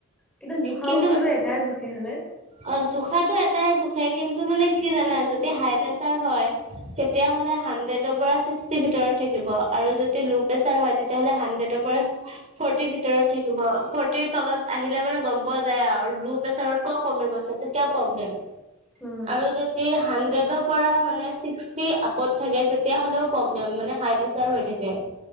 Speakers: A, in the centre; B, on the right.
A: কিন্তু জোখা
B: কিন্তু
A: বস্তুতটোতো এটাই জোখে হয় নে
B: অ, জোখাতটো এটাই জোখে, কিন্তু মানে কি জানা যেতিয়া হাই প্ৰেচাৰ হয় তেতিয়া হ'লে হানড্ৰেড তৰ পৰা ছিক্সটি ভিতৰত থাকিব আৰু যদি ল' প্ৰেচাৰ হয় তেতিয়াহ'লে হানড্ৰেডৰ পৰা ফৰ্টি ফি। তেৰত থাকিব ফৰ্টিৰ তলত আহিলে মানে গম পোৱা যায় আৱ। লো প্ৰেচাৰত কওক কমি গৈছে, তেতিয়া প্ৰব্লেম্।
A: উম
B: আৰু যদি হাণ্ড্ৰেডৰ পৰা মানে ছিক্সটি আপত থাকে তেতিয়া হ'লেও প্ৰব্লেম মানে হাই প্ৰেচাৰ হৈ থাকে।